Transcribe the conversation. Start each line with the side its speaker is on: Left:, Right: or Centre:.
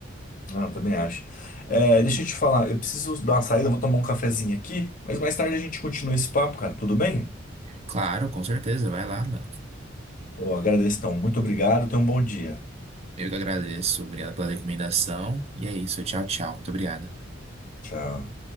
Left: Não, também acho. É, deixa eu te falar, eu preciso dar uma saída, eu vou tomar um cafezinho aqui, mas mais tarde a gente continua esse papo, cara, tudo bem?
Right: Claro, com certeza, vai lá, mano.
Left: Eu agradeço, então. Muito obrigado. Tenha um bom dia.
Right: Eu que agradeço. Obrigado pela recomendação. E é isso, tchau, tchau. Muito obrigado.
Left: Tchau.